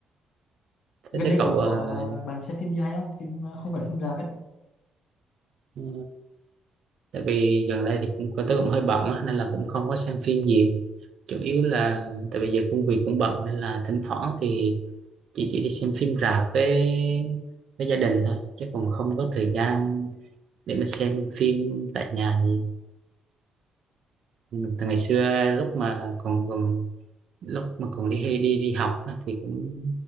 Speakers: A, on the left (about 75°); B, on the right (about 65°).
A: gần
B: thế thấy
A: đây
B: cậu
A: có
B: ờ,
A: có à, bạn xem phim gì hay không phim à, không phải phim rạp
B: ừ, tại vì gần đây thì cũng tôi cũng hơi bận á, nên là cũng không có xem phim gì chủ yếu là tại bây giờ công việc cũng bận nên là thỉnh thoảng thì chỉ chỉ đi xem phim rạp với với gia đình thôi chứ còn không có thời gian để mà xem phim tại nhà gì từ ngày xưa lúc mà còn còn lúc mà còn đi hay đi đi học á, thì cũng